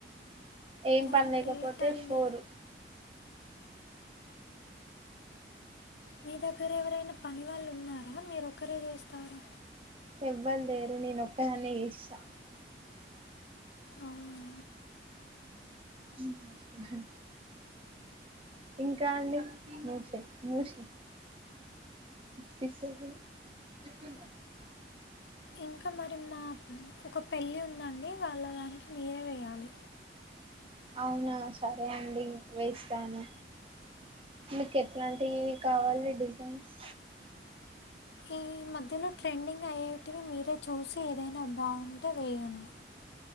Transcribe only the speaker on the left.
చాలా
గ్రేట్ అండి
మీ దగ్గర ఎవరైనా పని వాళ్ళు ఉన్నారా మీరొక్కరే చేస్తారు
అవునా.
ఇంకా మరి మా ఒక పెళ్ళి ఉందండి వాళ్ళ దానికి మీరే వెయ్యాలి
ఈ మధ్యలో ట్రెండింగ్ అయ్యేటివి మీరే చూసి ఏదైనా బాగుంటే వేయండి